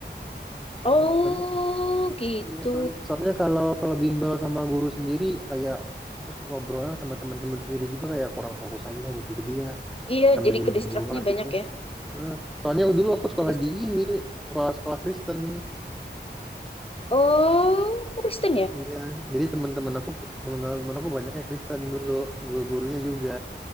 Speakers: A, on the left; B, in the centre.
A: oh
B: Soalnya,
A: gitu
B: iya, soalnya, soalnya kalau kalau bimbel sama guru sendiri kayak terus ngobrolnya sama teman-teman sendiri juga kayak kurang fokus aja gitu. Jadi ya
A: iya
B: sambil
A: jadi
B: bimbel
A: ke distractnya
B: di luar
A: banyak
B: gitu.
A: ya
B: Eh, Soalnya dulu aku sekolah
A: ke distract
B: di ini, sekolah-sekolah Kristen.
A: oh aku Kristen ya
B: Iya, jadi teman-teman aku teman-teman aku banyaknya Kristen dulu, guru-gurunya juga.